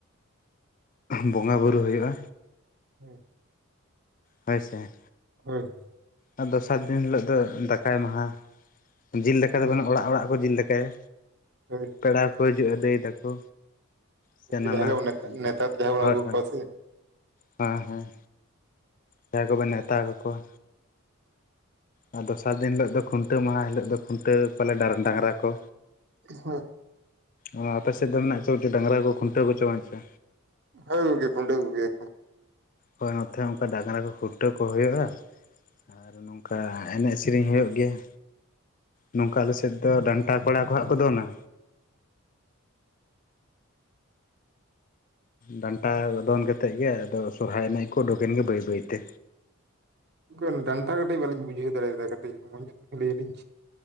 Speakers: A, on the left; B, on the right.
A: ᱵᱚᱸᱜᱟ ᱵᱩᱨᱩ ᱦᱩᱭᱩᱜᱼᱟ᱾
B: ᱦᱩᱸ᱾
A: ᱦᱳᱭ ᱥᱮ?
B: ᱦᱳᱭ᱾
A: ᱟᱨ ᱫᱚᱥᱟᱨ ᱫᱤᱱ ᱦᱤᱞᱳᱜ ᱫᱚ ᱫᱟᱠᱟᱭ ᱢᱟᱦᱟ ᱡᱤᱞ ᱫᱟᱠᱟ
B: ᱦᱳᱭ
A: ᱫᱚ ᱵᱟᱹᱱᱩᱜ ᱚᱲᱟᱜ ᱚᱲᱟᱜ ᱠᱚ ᱡᱤᱞ ᱫᱟᱠᱟᱭᱟ᱾
B: ᱦᱳᱭ᱾
A: ᱯᱮᱲᱟ ᱠᱚ ᱦᱤᱡᱩᱜ-ᱟ ᱫᱟᱹᱭ ᱛᱟᱠᱚ᱾ ᱥᱮ ᱱᱟᱱᱟ
B: ᱡᱟᱦᱟᱸᱭ ᱵᱚᱱ
A: ᱦᱳᱭ
B: ᱱᱮᱛᱟᱨ ᱡᱟᱦᱟᱸᱭ ᱵᱚᱱ
A: ᱦᱳᱭ
B: ᱟᱹᱜᱩ ᱠᱚᱣᱟ ᱥᱮ
A: ᱦᱮᱸ ᱦᱮᱸ᱾ ᱡᱟᱦᱟᱸᱭ ᱠᱚᱵᱮᱱ ᱱᱮᱶᱛᱟ ᱠᱟᱠᱚᱣᱟ ᱟᱨ ᱫᱚᱥᱟᱨ ᱫᱤᱱ ᱦᱤᱞᱳᱜ ᱫᱚ ᱠᱷᱩᱱᱴᱟᱹᱣ ᱢᱟᱦᱟ ᱦᱤᱞᱳᱜ ᱫᱚ ᱠᱷᱩᱱᱴᱟᱹᱣ ᱯᱟᱞᱮ ᱰᱟᱝᱨᱟ ᱠᱚ
B: ᱦᱳᱭ᱾
A: ᱚ ᱟᱯᱮ ᱥᱮᱫ ᱫᱚ ᱢᱮᱱᱟᱜ ᱰᱟᱝᱨᱟ ᱠᱚ ᱠᱷᱩᱱᱴᱟᱹᱣ ᱠᱚᱪᱚ ᱵᱟᱝ ᱪᱚ?
B: ᱦᱳᱭ ᱜᱚᱝᱠᱮ ᱠᱷᱩᱱᱴᱟᱹᱣ ᱠᱚᱜᱮ ᱭᱟᱠᱚ᱾
A: ᱦᱳᱭ ᱱᱚᱛᱮ ᱚᱝᱠᱟ ᱰᱟᱝᱨᱟ ᱠᱚ ᱠᱷᱩᱱᱴᱟᱹᱣ ᱠᱚ ᱦᱩᱭᱩᱜᱼᱟ, ᱟᱨ ᱱᱚᱝᱠᱟ ᱮᱱᱮᱡ ᱥᱮᱨᱮᱧ ᱦᱩᱭᱩᱜ ᱜᱮᱭᱟ᱾ ᱱᱚᱝᱠᱟ ᱟᱞᱮ ᱥᱮᱫ ᱫᱚ ᱰᱟᱱᱴᱟ ᱠᱚᱲᱟ ᱠᱚᱣᱟᱜ ᱦᱟᱸᱜ ᱠᱚ ᱫᱚᱱᱟ, ᱰᱟᱱᱴᱟ ᱫᱚᱱ ᱠᱟᱛᱮᱜ ᱜᱮ ᱟᱫᱚ ᱥᱚᱨᱦᱟᱭ ᱮᱱᱮᱡ ᱠᱚ ᱩᱰᱩᱠᱮᱱ ᱜᱮ ᱵᱟᱹᱭ ᱵᱟᱹᱭᱛᱮ᱾
B: ᱜᱚᱢᱠᱮ ᱰᱟᱱᱴᱟ ᱠᱟᱹᱴᱤᱡ ᱵᱟᱞᱤᱧ ᱵᱩᱡᱷᱟᱹᱣ ᱫᱟᱲᱮᱭᱟᱫᱟ ᱠᱟᱹᱴᱤᱡ <unintelligible> ᱞᱟᱹᱭ ᱟᱞᱤᱧ